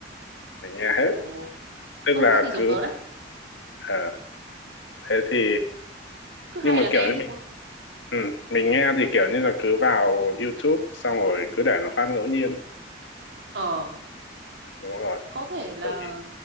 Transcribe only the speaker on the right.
ồ
ơ
thế thì giống
tớ đấy
cứ hay
là
nghe
thôi đúng
không
ờ
có thể là